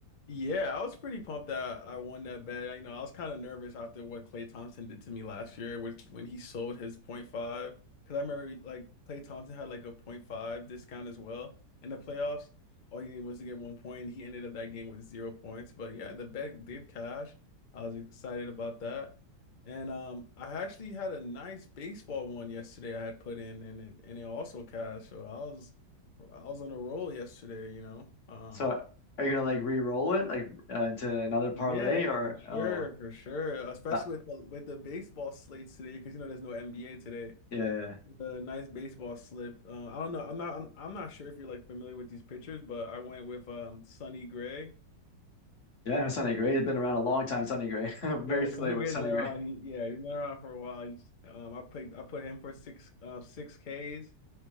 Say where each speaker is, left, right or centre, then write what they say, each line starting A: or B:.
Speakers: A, on the left (about 85°); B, on the left (about 45°).
A: Yeah, I was pretty pumped that I won that bet. I, you know, I was kind of nervous after what Klay Thompson did to me last year, which when he sold his point five. because I remember like Klay Thompson had like a point five discount as well in the playoffs. All you needed was to get one point, and he ended up that game with zero points. But yeah, the bet did cash. I was excited about that, and um, I actually had a nice baseball one yesterday. I had put in, and it and it also cashed. So I was I was on a roll yesterday, you know. Um,
B: So are you gonna like re-roll it like uh, into another parlay
A: Yeah,
B: or
A: for sure,
B: oh
A: for sure. Especially
B: that,
A: with the with the baseball slates today, because you know there's no NBA today.
B: yeah yeah
A: The nice baseball slip. Uh, I don't know. I'm not. I'm, I'm not sure if you're like familiar with these pitchers, but I went with um Sonny Gray.
B: yeah no, Sonny Gray. It's been around a long time, Sonny Gray. <laughs> I'm
A: Yeah,
B: very familiar
A: Sonny
B: with
A: Gray's
B: Sonny
A: been around.
B: Gray.
A: He- Yeah, he's been around for a while. He's, um, I picked. I put him for six uh six Ks,